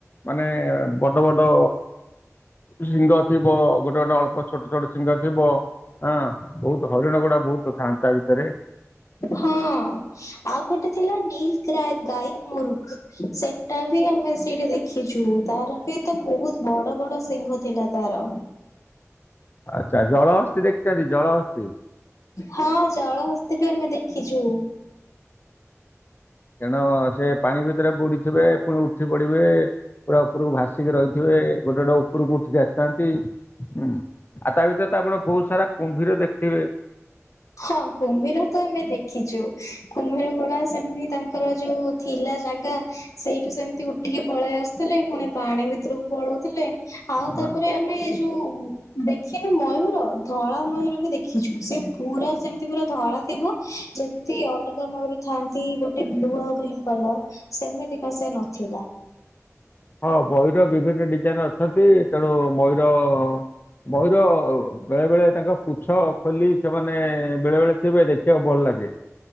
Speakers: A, on the left; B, on the left.
A: ମାନେ ବଡ ବଡ ଶିଂଗ ଥିବ ଗୋଟେ ଗୋଟେ ଅଳ୍ପ ଛୋଟ୍ ଟ <unintelligible> ସିଂଗ ଥିବ ଆଁ ବହୁତୁ ହରିଣ ଗୁଡା ବହୁତ ଥାନ୍ତି ତା ଭିତରେ।
B: ହଁ। ଆଉ ଗୋଟେ ଥିଲା ନୀଲକ୍ରାଏ ଗାଈ ମୁରୁଗ୍ ସେଟା ବି ଆମେ ସେଇଠି ଦେ ଖିଚୁ ତାର ବି ତ ବହୁତ୍ ବଡ ବଡ ସିଂଘ ଥିଲା ତାର।
A: ଆଚ୍ଛା ଜଳହସ୍ତି ଦେଖିଚ଼ନ୍ତି ଜଳହସ୍ତି?
B: ହଁ ଜଳହସ୍ତି ଟି ଆମେ ଦେଖିଚୁ।
A: ତେଣ ସେ ପାଣି ଭିତରେ ବୁଡିଥିବେ ପୁଣି ଉଠି ପଡିବେ ପୁରା ଉପରକୁ ଭାସ୍ ସିକି ରହିଥିବେ ଗୋଟେ ଗୋଟେ ଉପକୁ ଉଠିକି ଆ ତାନ୍ତି ଉଁ ଆଉ ତା ଭିତରେ ତ ଆପଣ ବହୁ ସାରା କୁମ୍ଭୀର ଦେକତିବେ?
B: ହଁ କୁମ୍ଭୀର ତ ଆମେ ଦେଖିଚୁ କୁମ୍ଭୀର ଗୋଡା ସେମିତି ତାଙ୍କର ଯୋଉ ଥିଲା ଜାଗା ସେଇଠୁ ସେମିତି ଉଠିକି ପଳେଇ ଆସୁଥିଲେ ପୁଣି ପାଣି ଭିତରୁକୁ ପଳଉଥିଲେ। ଅଁ
A: ହଁ।
B: ତାପରେ ଆମେ ଯୋଉ ଦେଖିନୁ ମୟୂର ଧଳା ମୟୂର ବି ଦେଖିଚୁ। ସେ ପୁରା ସେମିତି ପୁରା ଧଳା ଥିବ ଯେମିତି ଅଲଗା ମୟୁର ଥାନ୍ତି ଗୋଟେ ବ୍ଲୁ ଆଉ ଗ୍ ଗୀନ୍ କଲର୍ ସେମିତିକା ସେ ନଥିଲା।
A: ହଁ ମୟୂର ବିଭିନ୍ନ ଡିଜାଇନ୍ ଅଛନ୍ତି ତେଣୁ ମୟୂର ମୟୂର ବେଳେ ବେଳେ ତାଙ୍କ ପୁଚ୍ଛ ଖୋଲି ସେମାନେ ବେଳେ ବେଳେ ଥିବେ ଦେଖିଆକୁ ଭଲ ଲାଗେ